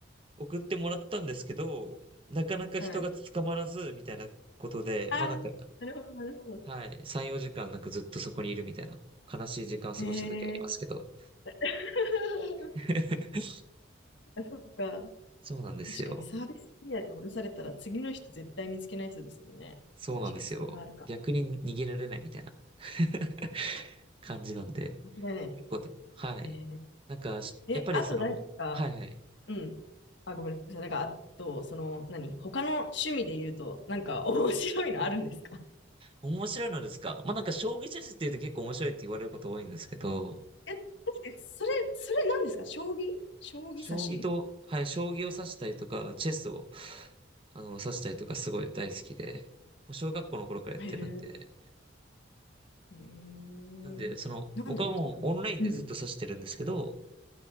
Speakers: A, on the right; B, on the left.
A: 送ってもらったんですけど、なかなか人が捕まらず、
B: はい
A: みたいなことで、
B: ああ、
A: まあなんか、
B: なるほど、なるほど。
A: はい、3、4時間なんかずっとそこにいるみたいな、悲しい時間を過ごした時ありますけど。
B: ええ <laughs>
A: <laughs>
B: そっか。
A: そうなんですよ。
B: 確かにサービスエリアに降ろされたら次の人絶対見つけないやつですもんね。
A: そうなんですよ。
B: 確かにそれはあるか。
A: 逆に逃げられないみたいな <laughs> 感じなんで。
B: 間違いない。
A: 結構でも、はい。
B: え
A: なんか、しやっぱりその、
B: ー、え、あとなんか、
A: はいはい。
B: うん。あ、ごめんなさい。なんか、あと、その、何他の趣味で言うと、なんか <laughs> 面白いのあるんですか
A: 面白いのですかまあなんか将棋チェスって言うと結構面白いって言われること多いんですけど、
B: え、確かに、それ、それ何ですか将棋将棋指し
A: 将棋と、はい、将棋を指したりとか、チェスを、あの、指したりとかすごい大好きで、もう小学校の頃からやってるんで、
B: へえ、へえ、
A: なんで、その、
B: なんだろう、
A: 僕はもうオンラインでずっと指してるんですけど、
B: 多分うん。